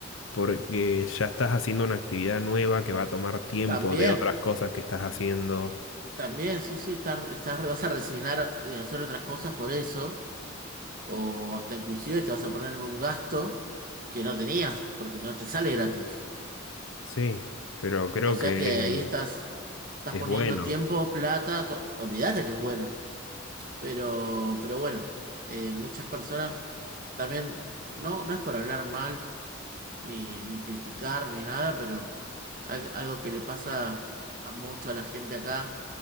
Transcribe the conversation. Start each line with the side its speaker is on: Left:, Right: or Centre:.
Left: porque ya estás haciendo una actividad nueva que va a tomar tiempo
Right: también,
Left: de otras cosas que estás haciendo.
Right: también, sí, sí, estás, estás, vas a resignar de hacer otras cosas por eso o hasta inclusive te vas a poner en un gasto que no tenías, porque no te sale gratis.
Left: Sí, pero creo
Right: O sea
Left: que
Right: que ahí estás, estás
Left: es
Right: poniendo
Left: bueno.
Right: tiempo, plata, to- olvídate que es bueno. Pero, pero bueno, eh, muchas personas también, no, no es por hablar mal, ni, ni criticar ni nada, pero al- algo que le pasa a mucho a la gente acá